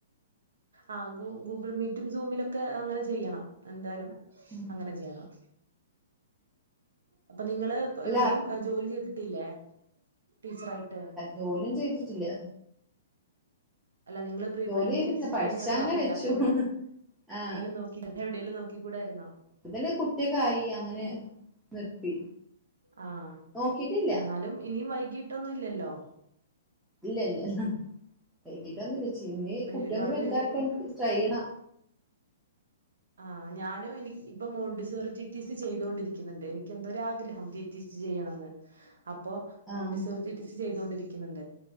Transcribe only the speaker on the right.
ആഹ് ഗൂ ഗൂഗിൾ മീറ്റും സൂമിലൊക്കെ അങ്ങനെ ചെയ്യണം എന്താലും
അങ്ങനെ ചെയ്യണം അപ്പൊ നിങ്ങള്
എവിടിം അ ജോലി ചെയ്തിട്ടില്ലേ ടീച്ചറായിട്ട്
അല്ല നിങ്ങൾ പ്രീ
പ്രൈമറി
ടിടിസി
കഴിഞ്ഞാന്ന് പറഞ്ഞില്ലേ
അപ്പ എവ്ടെ
എന്തേലും നോക്കിയായിരു എവിടേലും നോക്കി കൂടായിരുന്നോ
ആഹ്
എന്നാലും ഇനിയും വൈകിട്ടൊന്നും ഇല്ലല്ലോ
ഒരുപാട്
പേരിപ്പം
ആഹ് ഞാനും ഇനി ഇപ്പം മോണ്ടിസോറി ടിടിസി ചെയ്തോണ്ടിരിക്കുന്നുണ്ട് എനിക്ക് എന്തോരു ആഗ്രഹം ടി ടി ചെയ്യണന്ന് അപ്പൊ
മോണ്ടി സോറി ടിടിസി ചെയ്തൊണ്ടിരിക്കുന്നുണ്ട്